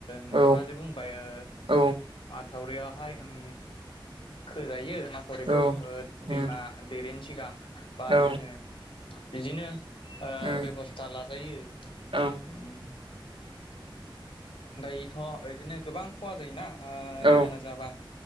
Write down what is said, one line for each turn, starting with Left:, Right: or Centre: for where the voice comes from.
Left: नोंथाङा
Right: औ
Left: जे बुंबाय ओ
Right: औ
Left: मा थावरियावहाय ओम खोजायो माथावरिखौ
Right: औ
Left: ओ
Right: उम
Left: दैमा देरेन सिगां बा
Right: औ
Left: जोङो बिदिनो। ओ
Right: उम
Left: बेब'स्था लाजायो
Right: औ
Left: उम। दायोथ' इदिनो गोबां खहा जायोना। ओ
Right: औ
Left: दैबाना जाबा